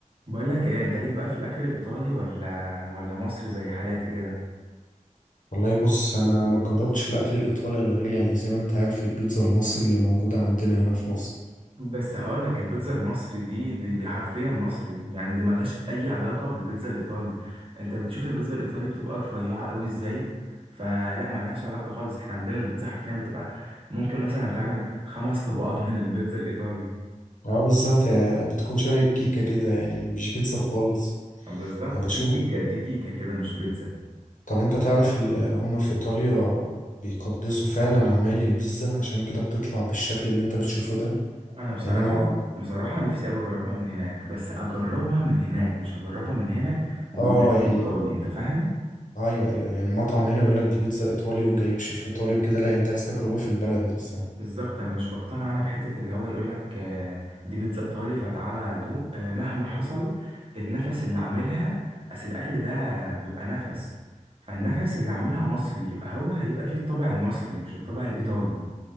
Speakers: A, on the right; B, on the left.
A: بقول لك ايه انت ليك بقى في الاكل الايطالي ولا ولا مصري زي حالاتي كده
B: والله بص انا ما جربتش الاكل الايطالي الا غير يعني زي ما انت عارف البيتزا المصري اللي موجوده عندنا هنا في مصر
A: بس هقول لك البيتزا المصري دي, دي دي حرفيا مصري يعني دي ملهاش اي علاقه بالبيتزا الايطالي انت بتشوف البيتزا الايطالي بتبقى رفيعه قوي ازاي فلا ملهاش علاقه خالص احنا عندنا البيتزا حرفيا بتبقى ممكن مثلا تعمل خمس طبقات من البيتزا الايطالي
B: اه بالظبط يعني بتكون شبه الكيكه كده يعني مش بيتزا خالص
A: بالظبط
B: يعني بشوف
A: دي كيكه دي كيكه كده مش بيتزا
B: طب انت تعرف ال- هما في ايطاليا بيقدسوا فعلا عمايل البيتزا عشان كده بتطلع بالشكل اللي انت بتشوفه ده
A: انا بصراحه
B: يعني انا
A: بصراحه نفسي قوي اجربها من هناك بس اجربها من هناك مش اجربها من هنا ويقولوا
B: اه
A: لي
B: يعني
A: دي ايطالي انت فاهم
B: ايوه ايوه يعني مطعم هنا يقول لك دي بيتزا ايطالي وجايب شيف ايطالي وكده لا انت عايز تجربه في البلد نفسها
A: بالظبط انا مش بقتنع انا بحته اللي هو يقول لك آه، دي بيتزا ايطالي فتعالى دوق آه، مهما حصل
B: مم.
A: النفس اللي عاملها اصل الاكل ده بيبقى نفس فالنفس اللي عاملها مصري يبقى هو هيبقى فيه الطابع المصري مش الطابع الايطالي
B: مم.